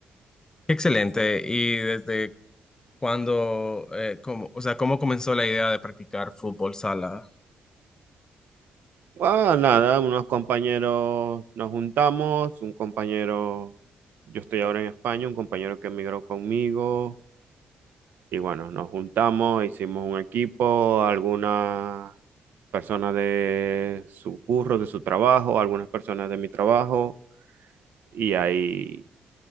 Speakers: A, on the left (about 20°); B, on the right (about 75°).
A: Excelente. ¿Y desde cuándo, eh, cómo, o sea, cómo comenzó la idea de practicar fútbol sala?
B: Ah, nada, unos compañeros nos juntamos, un compañero, yo estoy ahora en España, un compañero que emigró conmigo, y bueno, nos juntamos, hicimos un equipo, algunas personas de su curro, de su trabajo, algunas personas de mi trabajo, y ahí,